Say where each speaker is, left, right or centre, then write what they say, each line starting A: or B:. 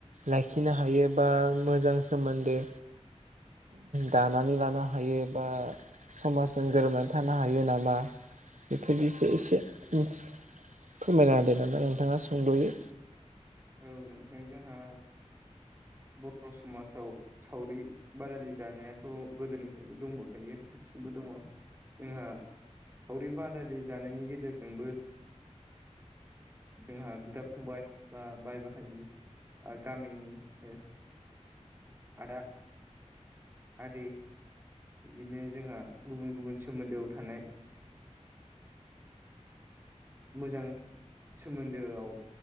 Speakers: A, on the right; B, on the right.
A: लाखिनो हायो बा मोजां सोमोन्दो दानानै लानो हायो बा समाजजों गोरोबनानै थानो हायो नामा बेफोरदिसो एसे फोरमायना
B: औ
A: होदो नामा नोंथाङा सोंद'यो।
B: औ नोंथाजों आंहा बर' समाजाव सावरि बादालि जानायाथ' गोदोनिफ्रायनो दंबोखायो दासिमबो दङ। जोंहा सावरि बादालि जानायनि गेजेरजोंबो जोंहा बिदा फंबाय बा बाय बाहायि गामिनि ओ। आदा आदै। बिदिनो जोंहा गुबुन गुबुन सोमोन्दोआव थानाय मोजां सोमोन्दोआव